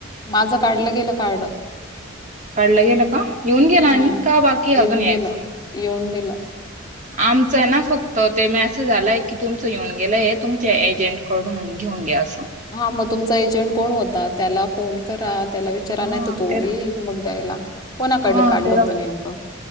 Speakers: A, on the left (about 20°); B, on the right (about 35°).
A: माझं काढलं गेलं कार्ड.
B: काढलं गेलं का येऊन गेल
A: हम्म
B: आणि का बाकी
A: येऊन
B: अजून यायचं.
A: गेलं <unintelligible>
B: आमचं ना फक्त ते मेसेज आलाय की तुमचं येऊन गेलं हे तुमच्या एजंट कडून घेऊन घ्या असं.
A: हा मग तुमचा एजंट कोण होता त्याला फोन करा त्याला विचारा
B: हा
A: नाही तर तो
B: तेरा
A: येइल मग द्यायला. कोणाकडले
B: हा
A: काढलं
B: तेरा
A: होतं नेमकं.